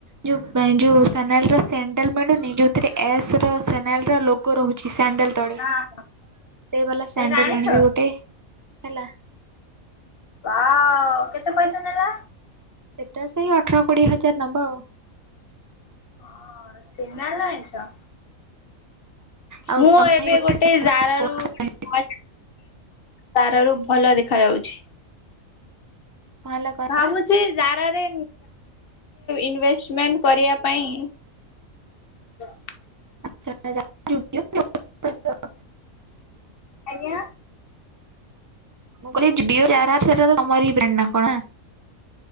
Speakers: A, on the right; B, on the left.
A: ଯୋଉଁ ଯୋଉଁ ସୋନେଲ ର ସେଣ୍ଡେଲ ମିଳୁନି ଯୋଉଥିରେ ଏସ ର ସୋନେଲ ର ଲୋଗ ରହୁଛି। ସାଣ୍ଡେଲ ତଳେ ସେଇ
B: ହଁ।
A: ବାଲା ସାଣ୍ଡେଲ
B: ସେଇଟା ଆଣିଛ
A: ଆଣିବି ଗୋଟେ। ହେଲା।
B: ହଁ କେତେ ପଇସା ନେଲା?
A: ସେଟା ସେଇ ଅଠର କୋଡିଏ ହଜାର ନବ ଆଉ।
B: ହଁ ସେନା ଜାଣିଛ।
A: ଆଉ
B: ମୁଁ
A: ତମେ
B: ଏବେ ଗୋଟେ
A: କଣ
B: ଜାରାରୁ ତାର ର ଭଲ ଦେଖା ଯାଉଛି।
A: ହେଲା କଣ
B: ଭାବୁଛି ଯାରା ରେ ଇନଭେଷ୍ଟ ମେଣ୍ଟ କରିବା ପାଇଁ। <inaudible>
A: ଆଛା <inaudible>
B: ଆଜ୍ଞା।
A: ମୁଁ କହିଲି ଦିଅ ଜାରା ସାର ର ତମରି ବ୍ରାଣ୍ଡ ନା କଣା।